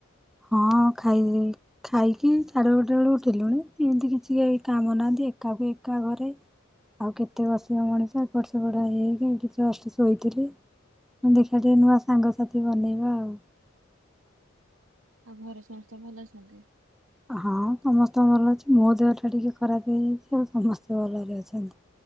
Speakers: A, in the centre; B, on the right.
A: ହଁ ଖାଇ ଖାଇକି ଚ଼େ ଗୋଟେ ବେଳକୁ ଉଠିଲୁଣି ଏମିତି କିଛି କାମ ନାହାନ୍ତି ଏକାକୁ ଏକା ଘରେ ଆଉ କେତେ ବସିବ ମଣିଷ ଏପ ସେପଡ ହେଇକି ଶୋଇଥିଲି ମୁଁ ଦେଖିବା ଟିକେ ନୂଆ ସାଙ୍ଗସାଥି ବନେଇବା ଆଉ
B: ଆଉ ଘରେ ସମସ୍ତେ ଭଲ ଅଛନ୍ତି
A: ହଁ ସମସ୍ତେଙ୍କ ଭଲ ଅଛି ମୋ ଦେହ ଟା ଟିକେ ଖରାପ ହେଇଯାଇଛି ଆଉ ସମସ୍ତେ ଭଲରେ ଅଛନ୍ତି